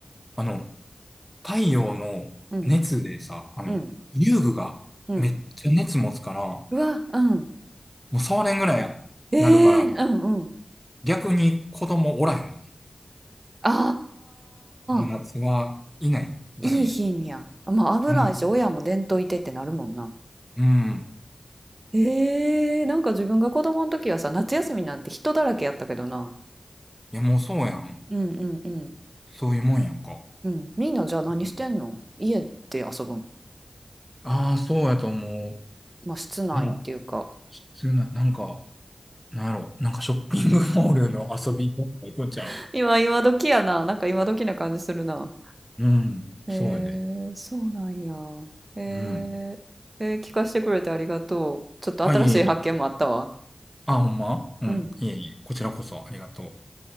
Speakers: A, in the centre; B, on the right (about 35°).
A: あの、太陽の熱でさ、
B: うん。
A: あの、
B: うん。
A: 遊具がめっちゃ熱持つから、
B: うん。
A: も
B: うわ、うん。
A: う触れんぐらいなるから、
B: ええうんうん。
A: 逆に子供おらへんね。
B: あ
A: もう夏はいない、
B: あ、いい品や。
A: 誰も。
B: まあ危ないし、
A: うん、
B: 親も伝統いてってなるもんな。
A: うん。
B: ええなんか自分が子供の時はさ、夏休みなんて人だらけやったけどな。
A: いや、もうそうやん。
B: うんうんうん。
A: そういうもんやんか。
B: うん。みんなじゃあ何してんの家で遊ぶん。
A: うん。ああ、そうやと思
B: まあ室内っていうか。
A: う。なあ、普通な、なんか、なんやろ、なんかショッピングモールの遊びとか行くんちゃう
B: <laughs> 今、今時やな。なんか今時な感じするな。
A: うん、
B: えー、
A: そうやで。
B: そうなんや。えー、
A: うん。
B: えー聞かせてくれてありがとう。ちょっと新しい発見もあったわ。
A: あ、いえいえ。あ、ほんまうん、
B: うん。
A: いえいえ。こちらこそありがとう。